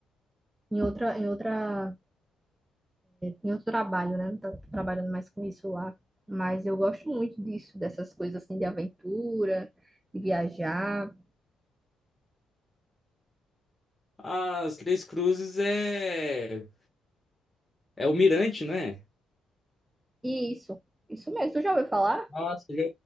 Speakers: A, on the right; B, on the left.
A: em outra, em outra Eu trabalho, né? Não tá trabalhando mais com isso lá. Mas eu gosto muito disso, dessas coisas assim de aventura, de viajar.
B: As Três Cruzes é é o Mirante, não é?
A: E isso, isso mesmo. Tu já ouviu falar?
B: Nossa, já,